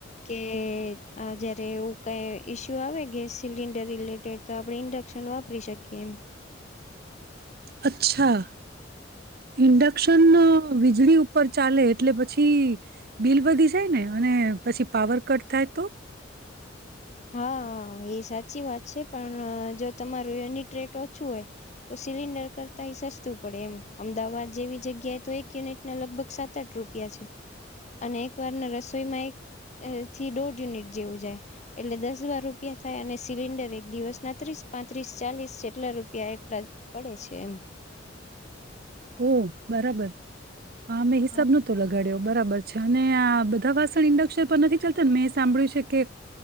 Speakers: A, on the left (about 40°); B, on the right (about 55°).
A: કે જયારે એવું કઈ ઈસ્યુ આવે ગેસ સિલિન્ડર રિલેટેડ તો આપણે ઇન્ડક્શન વાપરી શક કેમ.
B: અચ્છા ઇન્ડક્શન વીજળી ઉપર ચાલે એટલે પછી બિલ વધી જાય ને અને પછી પાવર કટ થાય તો?
A: હા એ સાચી વાત છે પણ જો તમારું યુનિટ રેટ ઓછું હોય તો સિલિન્ડર કરતા એ સસ્તું પડે એમ અમદાવાદ જેવી જગ્યાએ તો એક યુનિટ ના લગભગ સાત આઠ રૂપિયા છે, અને એક વારના રસોઈમાં એક અહ થી દોઢ યુનિટ જેવું જાય. એટલે દસ બાર રૂપિયા થાય અને સિલિન્ડર એક દિવસના ત્રીસ પાંત્રીસ ચાલીસ જેટલા રૂપિયા એટલા પડે છે એમ.
B: ઓ બરાબર હા મે હિસાબ
A: હા
B: નો તો લગ કર્યો બરાબર છે અને આ બધા વાસણ ઈન્ડક્શન પર તો નથી ચલતાં ને મેં સાંભળ્યું છે કે